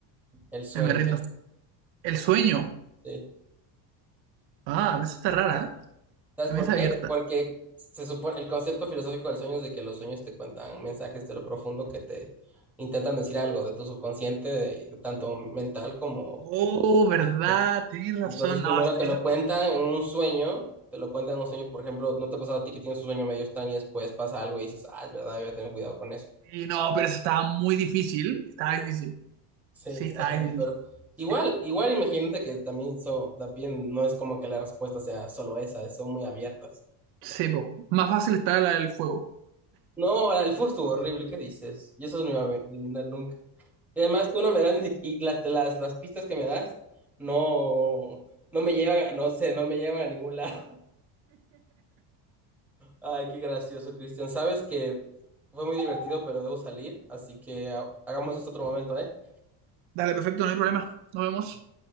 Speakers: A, in the centre; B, on the right.
A: El sueño,
B: Eh, me rindo. El sueño.
A: sí.
B: Ah, a veces está rara, ¿eh?
A: ¿Sabes
B: También
A: por
B: está
A: qué?
B: abierta.
A: Porque se supone, el concepto filosófico del sueño es de que los sueños te cuentan mensajes de lo profundo que te intentan decir algo de tu subconsciente, de- tanto mental como
B: Oh, ¿verdad?
A: físico.
B: Tienes razón.
A: Entonces primero
B: No, es-
A: te
B: es-
A: lo cuentan en un sueño, te lo cuentan en un sueño, por ejemplo, ¿no te ha pasado a ti que tienes un sueño medio extraño y después pasa algo y dices, ah, es verdad, voy a tener cuidado con eso?
B: y no, pero eso estaba muy difícil. Estaba difícil.
A: Sí,
B: Sí, estaba
A: Ajá,
B: difícil.
A: pero igual,
B: Sí,
A: igual imagínate que también, so, también no es como que la respuesta sea solo esa, son muy abiertas.
B: Sí, po. Más fácil está la del fuego.
A: No, la del Fu estuvo horrible, ¿qué dices? Yo eso no iba a adivinar nunca. Y además tú no me das ni siquiera- y las, las, las pistas que me das no, no me llevan, no sé, no me llevan a ningún lado. Ay, qué gracioso, Cristian. Sabes que fue muy divertido, pero debo salir, así que ah, hagamos esto otro momento, ¿eh?
B: Dale, perfecto, no hay problema. Nos vemos.